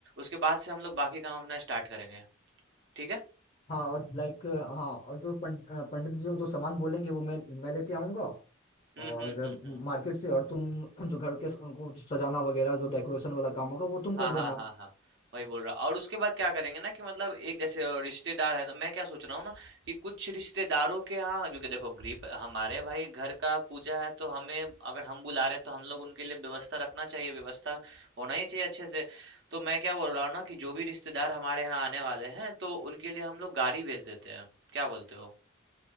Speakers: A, on the right (about 60°); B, on the left (about 35°).
A: उसके बाद से हम लोग बाकी काम अपना स्टार्ट करेंगे ठीक है
B: हाँ और लाइक हाँ और जो पंड, अ, पंडित जी जो सामान बोलेंगे वो मैं मैं लेते आऊँगा
A: हम्म
B: और
A: हम्म
B: अ,
A: हम्म हम्म
B: मार्केट से और तुम जो घर के स- उनको सजाना वगैरह जो डेकोरेशन वाला काम होगा वो तुम
A: हाँ
B: कर लेना
A: हाँ हाँ हाँ वही बोल रहा और उसके बाद क्या करेंगे ना कि मतलब एक जैसे रिश्तेदार है तो मैं क्या सोच रहा हूँ ना कि कुछ रिश्तेदारों के यहाँ क्योंकि देखो गरीब हमारे भाई घर का पूजा है तो हमें अगर हम बुला रहे हैं तो हम लोग उनके लिए व्यवस्था रखना चाहिए व्यवस्था होना ही चाहिए अच्छे से तो मैं क्या बोल रहा हूँ ना कि जो भी रिश्तेदार हमारे यहाँ आने वाले हैं तो उनके लिए हम लोग गाड़ी भेज देते हैं क्या बोलते हो